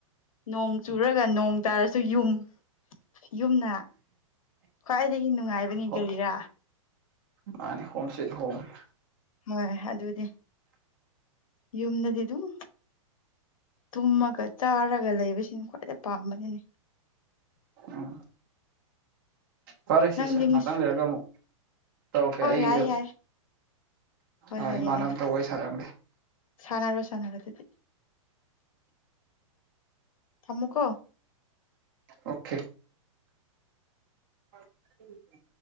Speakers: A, on the left; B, on the right.
A: ꯅꯣꯡ ꯆꯨꯔꯒ ꯅꯣꯡ ꯇꯥꯔꯁꯨ ꯌꯨꯝ ꯌꯨꯝꯅ ꯈ꯭ꯋꯥꯏꯗꯒꯤ ꯅꯨꯡꯉꯥꯏꯕꯅꯤ
B: ꯍꯣ
A: ꯀꯔꯤꯔꯥ
B: ꯃꯥꯅꯤ ꯍꯣꯝ ꯁꯦꯠ ꯍꯣꯝ
A: ꯍꯣꯏ ꯑꯗꯨꯗꯤ ꯌꯨꯝꯗꯗꯤ ꯑꯗꯨꯝ ꯇꯨꯝꯃꯒ ꯆꯥꯔꯒ ꯂꯩꯕꯁꯤꯅ ꯈ꯭ꯋꯥꯏꯗꯩ ꯄꯥꯝꯕꯗꯨꯅꯤ
B: ꯎꯝ ꯐꯔꯦ ꯁꯦ
A: ꯅꯪꯗꯤ
B: ꯁꯦ
A: ꯉꯁꯤ
B: ꯃꯥꯛꯇꯪ ꯂꯩꯔꯒ ꯑꯃꯨꯛ ꯇꯧꯔꯛꯀꯦ
A: ꯍꯣꯏ
B: ꯑꯩꯗꯣ
A: ꯌꯥꯏ ꯌꯥꯏ ꯍꯣꯏ
B: ꯑ
A: ꯍꯣꯏ
B: ꯏꯃꯅ
A: ꯌꯥꯏ
B: ꯑꯃꯇ
A: ꯌꯥꯏ
B: ꯑꯣꯏꯏ ꯁꯥꯔꯂꯤ
A: ꯁꯥꯟꯅꯔꯣ ꯁꯥꯟꯅꯔꯣ ꯑꯗꯨꯗꯤ ꯊꯃꯨꯀ
B: ꯑꯣꯀꯦ ꯎꯝ